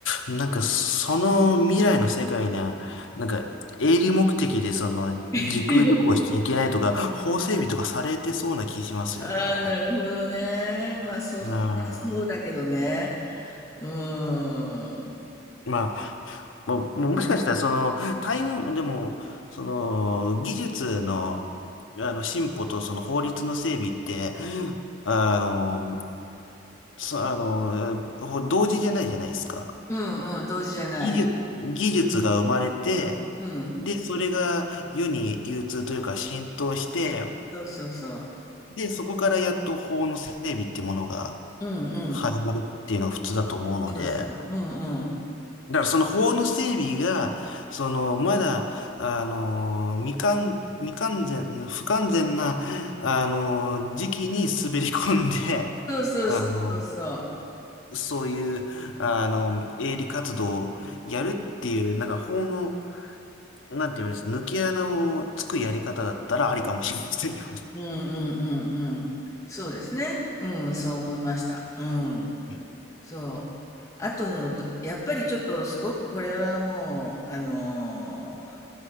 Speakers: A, on the left; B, on the left.
A: なんか、その未来の世界には、なんか、営利目的で、その、
B: <laughs>
A: 時空旅行しちゃいけないとか、法整備とかされてそうな気しますよね。
B: ああ、なるほどね。
A: あ
B: まあ、そう、
A: あ。
B: まあ、そうだけどね。うーん。
A: まあ、も、ももしかしたら、その、タイム、でも、その、技術の、あの、進歩と、その、法律の整備って、あの、そ、あの、ほ同時じゃないじゃないですか。
B: うんうん、同時じゃない。
A: 技術、技術が生まれて、
B: うん。
A: で、それが世に流通というか浸透して、
B: そうそうそう。
A: で、そこからやっと法の整備ってものが
B: うんうん。
A: 始まるっていうのが普通だと思うので、
B: そうそう。うんうん。
A: だからその法の整備が、その、まだ、あの、未完、未完全、不完全な、あの、時期に滑り込んで、
B: そうそうそうそうそう。
A: あの、そういう、あの、営利活動をやるっていう、なんか法の、なんて言うんです、抜け穴をつくやり方だったらありかもしれませんよね。
B: うんうんうんうんうん。そうですね。うん、そう思いました。うん。
A: うん
B: そう。あと、どやっぱりちょっとすごくこれはもう、あのー